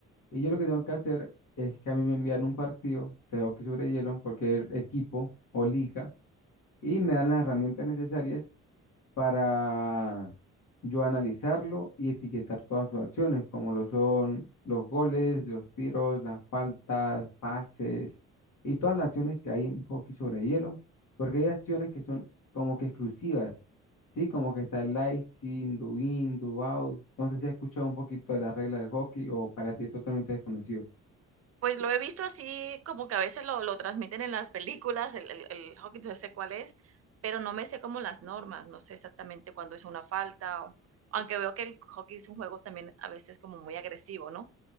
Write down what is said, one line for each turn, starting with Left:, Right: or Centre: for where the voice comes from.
Left: y yo lo que tengo que hacer es que a mí me envían un partido de hockey sobre hielo, cualquier equipo o liga, y me dan las herramientas necesarias para yo analizarlo y etiquetar todas sus acciones, como lo son los goles, los tiros, las faltas, pases y todas las acciones que hay en hockey sobre hielo, porque hay acciones que son como que exclusivas, ¿sí? Como que está el icing, do in, do out. No sé si has escuchado un poquito de las reglas del hockey o para ti es totalmente desconocido.
Right: Pues lo he visto así como que a veces lo lo transmiten en las películas, el el el hockey, entonces sé cuál es, pero no me sé como las normas, no sé exactamente cuándo es una falta, o aunque veo que el hockey es un juego también a veces como muy agresivo, ¿no?